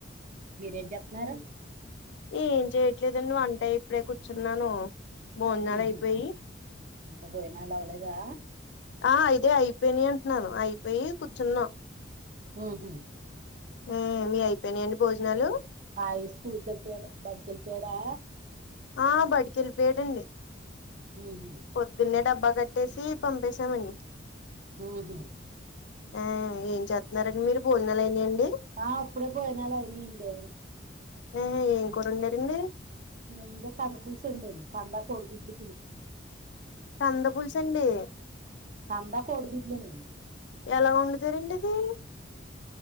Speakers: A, on the right; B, on the left.
A: మీరేం చెప్తున్నారు
B: ఏం చెయ్యట్లేదండి వంటై ఇప్పుడే కూర్చున్నాను భోజనాలు
A: ఊహు
B: అయిపోయి
A: ఇంకా బోయానాలు అవలేదా
B: ఆ ఇదే అయిపోయినాయి అంటున్నాను అయిపోయి కూర్చున్నాం
A: ఊహు
B: ఊ మీయి అయిపోయినాయండి భోజనాలు
A: ఆ ఇస్కూల్కి వెళ్ళిపోయాడు బడికెళ్ళిపోయాడా
B: ఆ బడికెళ్ళిపోయాడండి
A: ఊహు
B: పొద్దున్నే డబ్బా కట్టేసి పంపేశామండి
A: ఊహు
B: ఆ ఏం చేతున్నారండి మీరు భోజనాలయినాయండి
A: ఆ అప్పుడే భోజనాలు అయినాయండి
B: ఆహా ఏం కూర వొండారండి
A: నేంద కందపులుసు వొండాను కందా కోడుగుడ్లు పులుసు
B: కంద పులుసండి
A: కందా కోడిగుడ్లోనేండి
B: ఎలా వొండుతారండి అది